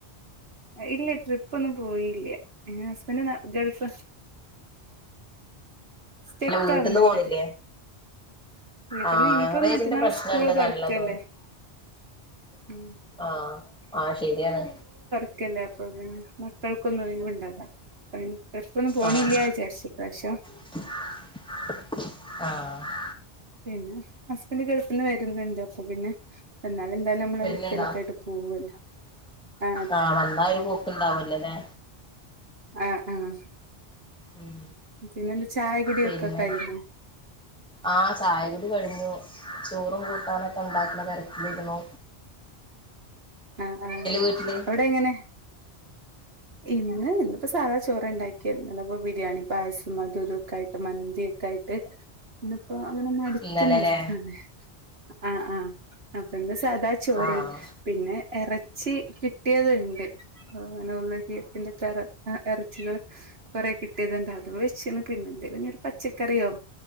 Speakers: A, on the right; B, in the centre.
A: ഇല്ല ട്രിപ്പൊന്നും പോയില്യ. ഏ ഹസ്ൻ്റ് ന ഗൾഫ് സ്റ്റെക്ക്
B: ല്ല വ്ട്ട്ന്ന്
A: ആവുന്നുണ്ട്
B: പോണ്ല്ല്യേ.
A: വീട്ടിൽന്ന്
B: ആഹ്
A: ഇനിയിപ്പം
B: റേഞ്ചിന്റെ
A: മറ്റന്നാൾ
B: പ്രശ്നണ്ട്
A: സ്കൂള് തുറക്കല്ലേ
B: നല്ല തോ <unintelligible>
A: ഉം.
B: ആഹ്, ആഹ് ശെര്യാണ്.
A: ക്കല്ലേ അപ്പൊപിന്നെ മക്കൾക്കൊന്നും ഒഴിവ്ണ്ടാലാ. പ്പയിന് ട്രിപ്പൊന്നും പോണില്ല്യാ
B: ആഹ്
A: വിചാര്ച്ചി ഇപ്രാവ്ശം.
B: ആഹ്.
A: പിന്നെ ഹസ്ബൻ്റ് ഗൾഫ്ന്ന് വെര്ന്ന്ണ്ട്. അപ്പപിന്നെ വന്നാലെന്തായാലും അമ്മള്
B: വരുന്നുണ്ടോ
A: എവ്ട്ക്കെലൊക്കെയ്ട്ട് പോവല്ലോ? ആ
B: ആഹ്, വന്നാ ഒരു പോക്കുണ്ടാവല്ലൊ ലേ.
A: ആഹ്, ആഹ്
B: ഉം
A: പിന്നെന്ത് ചായ കുടിയൊക്കെ
B: പിന്നെ
A: കയ്ഞ്ഞോ?
B: ആഹ്, ചായകുടി കഴിഞ്ഞു. ചോറും കൂട്ടാനൊക്കെ ണ്ടാക്ക്ണ തെര് നിങ്കളോ?
A: ആഹ്, ആഹ്
B: വീട്ടില്
A: അവിടെ എങ്ങനെ? ഇന്ന് ഇന്ന്പ്പോ സാദാചോറാണ്ടാക്ക്യത്. അല്ലാപ്പോ ബിരിയാണി, പായസും അതുതൊക്കെ ആയിട്ട്, മന്തി ക്കായിട്ട് ന്ന് അപ്പൊ അങ്ങനെ മട്ത്ത്
B: ഇന്നലെല്ലേ
A: നിൽക്കാണ്. ആഹ്, ആഹ് അപ്പന്ന് സാദാ ചോറ്
B: ആഹ്
A: പിന്നെ എറച്ചി കിട്ടിയത്ണ്ട് ആഹ് അങ്ങനെ <unintelligible> <unintelligible> ആഹ്, എറച്ചികള് കൊറെ കിട്ടിയത്ണ്ട് അതുംവെച്ച്ണ്. പിന്നെ എന്തെലുനി ഒരു പച്ചക്കറിയോ